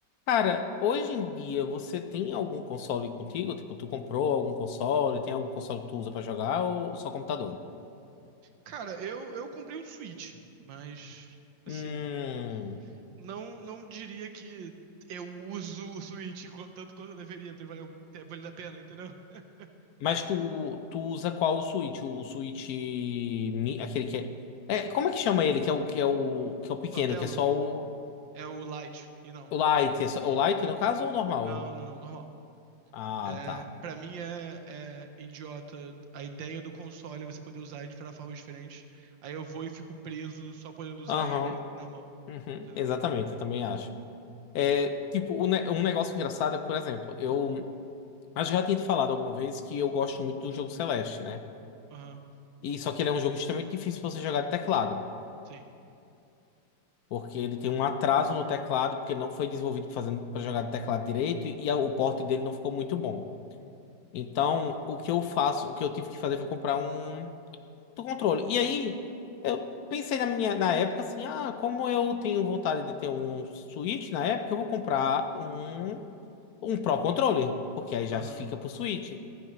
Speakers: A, on the left (about 70°); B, on the right (about 75°).
A: Cara, hoje em dia você tem algum console contigo? Tipo, tu comprou algum console? Tem algum console que tu usa pra jogar ou só computador?
B: Cara, eu, eu comprei um Switch, mas assim,
A: Hum.
B: não não diria que eu uso o Switch qu- tanto quanto eu deveria pra valer, o- ter valido a pena, entendeu? <laughs>
A: Mas tu, tu usa qual o Switch? O, o Switch mi- aquele que é, é, como é que chama ele? Que é o que é o que é o pequeno,
B: Tua tela
A: que é só o,
B: é o Lite, e não.
A: o Lite, é só- o Lite no caso ou o normal?
B: Não, não, não, normal.
A: Ah,
B: É,
A: tá.
B: para mim é, é idiota. A ideia do console é você poder usar ele de formas diferentes. Aí eu vou e fico preso só podendo usar
A: Aham.
B: ele na mão.
A: uhum,
B: Entendeu?
A: exatamente, eu também acho. É, tipo, um, ne- um negócio engraçado é, por exemplo, eu acho que já tinha te falado alguma vez que eu gosto muito do jogo Celeste, né?
B: Aham,
A: E só que ele é um jogo extremamente difícil pra você jogar de teclado,
B: sim.
A: porque ele tem um atraso no teclado, porque não foi desenvolvido fazendo para jogar de teclado direito e a- o porte dele não ficou muito bom. Então, o que eu faço, o que eu tive que fazer foi comprar um outro controle. E aí, eu pensei na minha na época assim, ah, como eu tenho vontade de ter um Switch na época, eu vou comprar um um Pro controle, porque aí já
B: Aham.
A: fica pro Switch.